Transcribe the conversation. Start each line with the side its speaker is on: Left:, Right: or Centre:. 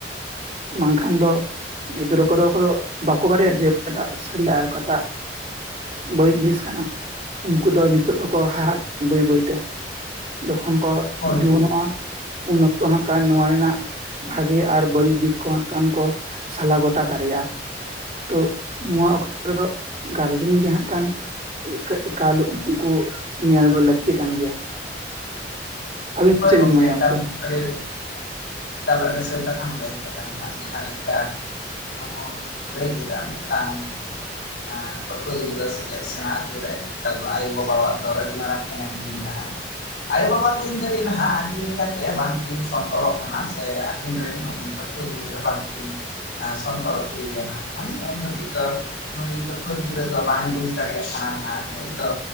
Right: ᱵᱟᱝ ᱠᱷᱟᱱ ᱫᱚ ᱜᱤᱫᱽᱨᱟᱹ ᱠᱚᱫᱚ ᱠᱚᱫᱚ ᱵᱟᱠᱚ ᱵᱟᱰᱟᱭᱟ ᱡᱮ ᱚᱠᱟᱴᱟᱜ <inaudible> ᱟᱨ ᱚᱠᱟᱴᱟᱜ ᱵᱟᱹᱲᱤᱡ ᱡᱤᱱᱤᱥ ᱠᱟᱱᱟ ᱩᱱᱠᱩ ᱫᱚ ᱱᱤᱛᱚᱜ ᱫᱚᱠᱚ ᱦᱟᱨᱟᱜ, ᱵᱟᱹᱭ ᱵᱟᱹᱭ ᱛᱮ᱾ ᱡᱚᱠᱷᱚᱱ ᱠᱚ
Left: ᱦᱳᱭ
Right: ᱡᱩᱣᱟᱹᱱᱚᱜᱼᱟ
Left: ᱜᱚᱝᱠᱮ
Right: ᱩᱱ ᱚᱠᱛᱚ ᱦᱟᱸᱜ ᱠᱷᱟᱱ ᱱᱚᱣᱟ ᱨᱮᱱᱟᱜ ᱜᱮ ᱟᱨ ᱵᱟᱹᱲᱤᱡ ᱫᱤᱠ ᱠᱚ ᱦᱟᱸᱜ ᱠᱷᱟᱱ ᱠᱚ ᱥᱟᱞᱟ ᱜᱚᱴᱟ ᱫᱟᱲᱮᱭᱟᱜᱼᱟ᱾ ᱛᱚ ᱱᱚᱣᱟ ᱚᱠᱛᱚ ᱨᱮᱫᱚ ᱜᱟᱨᱡᱮᱱ ᱜᱮ ᱦᱟᱸᱜ ᱠᱷᱟᱱ ᱮᱠᱟ ᱮᱠᱟᱞ ᱩᱱᱠᱩ ᱧᱮᱞ ᱫᱚ ᱞᱟᱹᱠᱛᱤ ᱠᱟᱱ ᱜᱮᱭᱟ᱾ ᱟᱹᱵᱤᱱ
Left: ᱦᱳᱭ
Right: ᱪᱮᱫ ᱵᱤᱱ ᱢᱚᱱᱮᱭᱟ
Left: ᱮᱠᱟᱞ
Right: ᱜᱚᱝᱠᱮ?
Left: ᱟᱹᱰᱤ, ᱮᱠᱟᱞ ᱟᱹᱰᱤ ᱥᱟᱹᱨᱤ ᱠᱟᱛᱷᱟᱢ ᱞᱟᱹᱭ ᱠᱟᱜ ᱛᱟᱞᱟᱝᱟ ᱡᱟᱦᱟᱸ ᱞᱮᱠᱟ ᱱᱚᱜᱼᱚᱭ ᱞᱟᱹᱭ ᱠᱮᱫᱟ ᱢᱤᱫᱴᱟᱝ ᱮᱸ ᱯᱟᱹᱴᱷᱩᱣᱟᱹ ᱜᱤᱫᱽᱨᱟᱹ ᱥᱮᱪᱮᱫ ᱥᱮᱬᱟ ᱚᱪᱚ ᱨᱮ <inaudible> ᱟᱭᱳᱼᱵᱟᱵᱟᱣᱟᱜ ᱫᱚ ᱟᱹᱰᱤ ᱢᱟᱨᱟᱝ ᱮᱱᱮᱢ ᱜᱮ ᱢᱮᱱᱟᱜᱼᱟ, ᱟᱭᱳᱼᱵᱟᱵᱟ ᱛᱤᱱ ᱫᱷᱟᱹᱨᱤᱡ ᱱᱟᱦᱟᱜ ᱟᱹᱠᱤᱱ ᱞᱮᱠᱟᱛᱮ ᱵᱟᱝᱠᱤᱱ ᱥᱚᱱᱛᱚᱨᱚᱜ ᱠᱟᱱᱟ ᱥᱮ ᱟᱹᱠᱤᱱ ᱨᱮᱱ ᱩᱱᱤ ᱯᱟᱹᱴᱷᱩᱣᱟᱹ ᱜᱤᱫᱽᱨᱟᱹ ᱵᱟᱝᱠᱤᱱ ᱮᱸ ᱥᱚᱱᱛᱚᱨ ᱦᱚᱪᱚᱭ ᱤᱫᱤᱭᱟ ᱱᱟᱜ ᱠᱷᱟᱱ ᱩᱱ ᱫᱷᱟᱹᱵᱤᱡ ᱫᱚ ᱱᱩᱭ ᱯᱟᱹᱴᱷᱩᱣᱟᱹ ᱜᱤᱫᱽᱨᱟᱹ ᱫᱚ ᱵᱟᱝᱮ ᱵᱩᱡ ᱫᱟᱲᱮᱭᱟᱜ ᱠᱟᱱᱟ ᱱᱟᱦᱟᱜ ᱱᱩᱭ ᱫᱚ